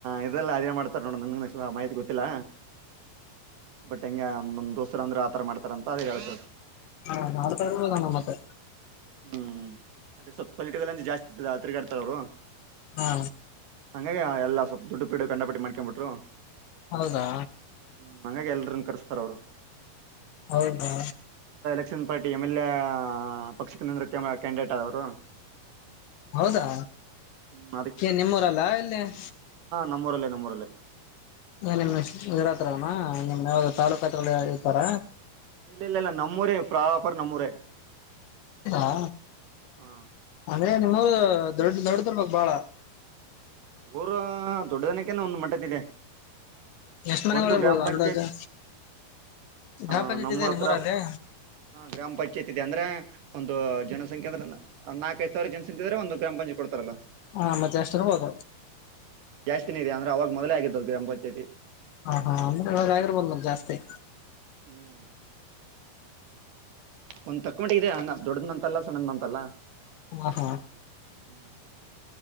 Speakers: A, on the right; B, on the left.
A: ಇದೆಲ್ಲ ಅದೇ ಮಾಡ್ತಾರ ನೋಡ ನ ಮಾಹಿತಿ ಗೊತ್ತಿಲ್ಲ ಬಟ್ ಹೆಂಗಗೆ ನಂದ್ ದೋಸ್ರ ಅಂದ್ರರು ಆತರ ಮಾಡ್ತಾರ ಅಂತ ಅ ಹೇಳ್ತಾರೆ
B: ಹಾ ನಾಳ ತ ನಣ ಮತ್ತೆ
A: ಹ್ಮ್ ಅದೇ ಸ್ವಲ್ಪ ಪೊಲಿಟಿಕಲ್ ಅಂತ ಜಾಸ್ತಿ ತಿರುಗಾಡ್ತಾರ ಅವರು
B: ಹಾ
A: ಹಂಗಗೆ ಎಲ್ಲ ಸ್ಲ್ಪ ದುಡ್ಡು ಪಿಡು ಕಂಡಪಟ್ಟ ಮಾಡಿ ಬಟ್ರು
B: ಹೌದಾ
A: ಹ್ಮ ನಂಗಗೆ ಎಲ್ರನ್ನ ಕರ್ಸ್ತಾರ ಅವರು
B: ಹೌದಾ
A: ಪಕ್ಷ ಪಾರ್ಟಿ ಎಂ ಎಲ್ ಎ ಪಕ್ಷಕ್ಕೆ ನಂದ ಕ್ಯಾಂಡಿಡೇಟ್ ಆದವರು
B: ಹೌದಾ
A: ಹ್ಮ್
B: ನಿಮ್ಮೂರಲ್ಲ ಇಲ್ಲಿ ಹ
A: ನಮ್ಮರಲ್ಲೇ ನಮ್ಮರಲ್ಲೇ
B: ಏನನ್ ಇದರತ್ರನಾ ನಿಮ್ ಯಾವ್ದ ತಾಲ್ಲೂಕ ಹತ್ರಲ್ಲ ಇರ್ತಾರ
A: ಇಲ್ಲ ಇಲ್ಲ ಇಲ್ಲ ನಮ್ಮೂರ ಪ್ರಾಪರ್ ನಮ್ಮೂರೇ
B: ಾ
A: ಹಾ
B: ಅಂದ್ರೆ ನಿಮ್ಮ ದೊಡ್ಡ ದೊಡ್ಡದ್ರ ಮಾಗ ಬಾಳ
A: ಊರ ದೊಡ್ಡ ದನಕ್ಕ ಒಂದ್ ಮಟ್ಟ ಇದೆ
B: ಎಷ್ಟ್ ಮನೆಗಳು
A: ಒಂದು
B: ಇರ್ಬೋದು
A: ಗ್ರಾಮ ಪಂಚಾಯತ್
B: ಅಂದಾಜು ಗ್ರಾಮ
A: ಹ
B: ಪಂಚಾಯತಿ
A: ನಮ್ಮೂರ
B: ಇದೆ ನಿಮ್ಮೂರಲ್ಲಿ
A: ಹತ್ರ ಗ್ರಾಮ ಪಂಚಾಯತ್ ಇದೆ ಅಂದ್ರೆ ಒಂದು ಜನಸಂಖ್ಯೆಂದ್ರೆ ನಾಲ್ಕಐದು ಸಾವಿರ ಜನಸಂಖೆ ಅ್ರೆ ಒಂದು್ರಾಮ ಪಂಚತ್ ಕೊಡ್ತಾರಲ್ಲ
B: ಹಾ ಮತ್ತೆ ಅಷ್ಟೆ ಅ ಬತ
A: ದೆ ಅಂದ್ರೆ ಅವಾಗ ಮೊದಲೇ ಆಗಿದ್ದದದು ಎಂಪಚೇತಿ
B: ಹಾ ಹಾ ಅಂದ್ರೆವ್ರ ಬಂದ ಜಾಸ್ತಿ
A: ಹ್ಮ್ ಒಂದ್ ತಕ್ಕ ಮಟ್ಟಿಗೆಿದೆ ದೊಡದ ಮ ಅಂತಲ್ಲ ಸಣ್ಣದ ಅಂತಲ್ಲ
B: ಹಾ ಹಾ
A: ಹ್ಮ್ ಅಷ್ಟೇ